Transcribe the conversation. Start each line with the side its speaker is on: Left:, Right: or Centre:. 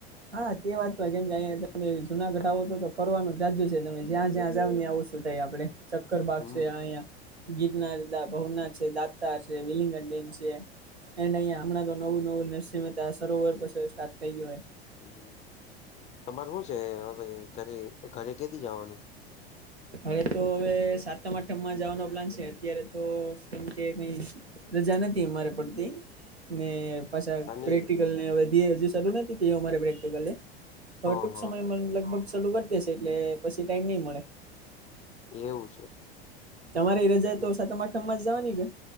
Right: હા તે વાત પણ કેમ કે અહીંયા તમેં જૂનાગઢ આવો તો તો ફરવાનું જાજુ છે તમે જ્યાં જ્યાં જાાવ નેં ઓ શું થાય આપડે ચક્કર બાગ
Left: હમ
Right: છે અહીંયા ગિરનાર ભાવનાથ છે દાતા છે વિલિંગન ડેમ છે એને અહીંયા હમણા તો નવું નવું નરસિંહ મહેતા સરોવર પછ સ્ટાર્ટ થઈ ગયું હોય
Left: હમ તમારું હું છે હવે ઘરે ઘરે કેથી જવાનું
Right: હારે તો હવે સાતમ આઠમમાં જવાનો પ્લાન છે અત્યારે તો કેમ કે કઈ રજા નથી અમારે પડતી ને પાછા
Left: શની
Right: પ્રેક્ટિકલ ને હવે ધે હજુ શરૂ નથી તે અમારે પ્રેક્ટિકલે હવે
Left: હા
Right: ટૂંક
Left: હા
Right: સમયમાં લગભગ ચાલુ કરી દેશે એટલે પછી ટાઈમ નહી મળે
Left: એવું છે
Right: તમારે રજા
Left: હમ
Right: તો સાતમ આઠમ માં જ જવાની કે